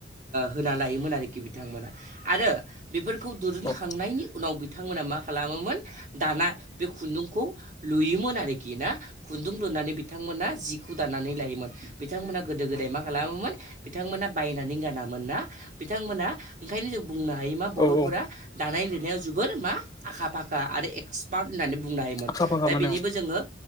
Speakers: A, on the right (about 45°); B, on the left (about 20°).
A: होना लायोमोन आरोखि बिथांमोना आरो बेफोरखौ दिरुनखांनायनि
B: औ
A: उनाव बिथांमोना मा खालामोमोन दाना बे खुन्दुंखौ लुयोमोन आरोखि ना खुन्दुं लुनानै बिथांमोना जिखौ दानानै लायो बिथांमोना गोदो गोदाय मा खालामोमोन बिथांमोना बायनानै गानामोन ना बिथांमोना ओंखायनो जों बुंनो हायो मा बर'फोरा
B: औ औ
A: दानाय लुनायाव जोबोर मा आखा फाखा आरो पार्ट होननानै बुंनो हायोमोन
B: आखा फाखामोन
A: दा बेनिबो
B: ओं
A: जोङो